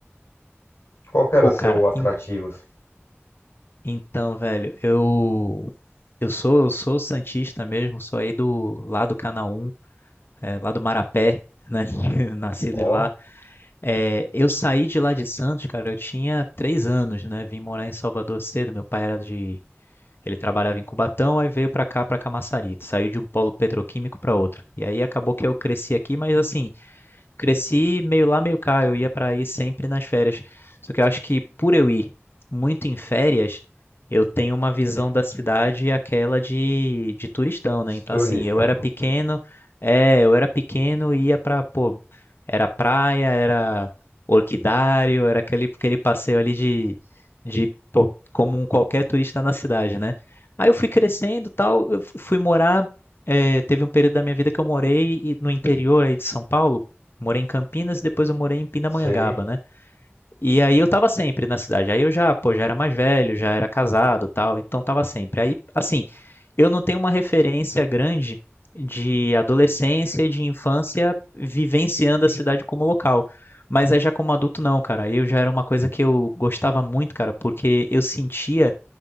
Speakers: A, on the left (about 85°); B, on the left (about 55°).
A: Qual que era
B: Pô,
A: seu
B: cara,
A: atrativo?
B: en-
A: assim?
B: então, velho, eu eu sou eu sou santista mesmo, sou aí do lá do Canaã, é, lá do Marapé, né? <laughs> Nascido
A: Ó,
B: lá. É, eu saí de lá de Santos, cara, eu tinha três anos, né? Vim morar em Salvador cedo. Meu pai era de ele trabalhava em Cubatão, aí veio pra cá, pra Camaçari. Saiu de um polo petroquímico pra outro. E aí acabou que eu cresci aqui, mas assim, cresci meio lá, meio cá. Eu ia para aí sempre nas férias. Só que eu acho que por eu ir muito em férias, eu tenho uma visão da cidade aquela de, de turistão, né?
A: de
B: Então,
A: turista.
B: assim, eu era pequeno, é, eu era pequeno e ia pra, pô, era praia, era orquidário, era aquele, aquele passeio ali de, de, pô, como um qualquer turista na cidade, né? Aí eu fui crescendo e tal, eu fu- fui morar, é, teve um período da minha vida que eu morei e- no interior aí de São Paulo, Morei em Campinas e depois eu morei em Pindamonhangaba,
A: Sei,
B: né? E aí eu tava sempre na cidade. Aí eu já, pô, já era mais velho, já era casado, tal, então tava sempre. Aí, assim, eu não tenho uma referência grande de adolescência e de infância vivenciando a cidade como local. Mas aí já como adulto não, cara. Eu já era uma coisa que eu gostava muito, cara, porque eu sentia